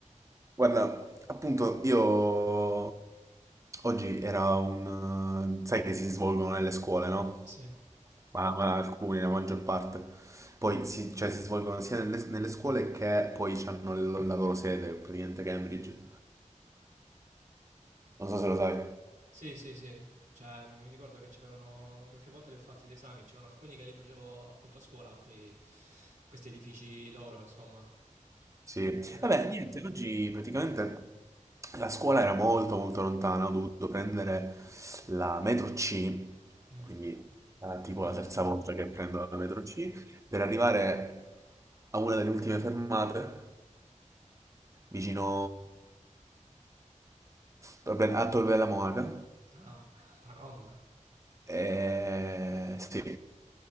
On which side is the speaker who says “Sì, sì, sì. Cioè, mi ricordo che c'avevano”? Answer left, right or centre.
Right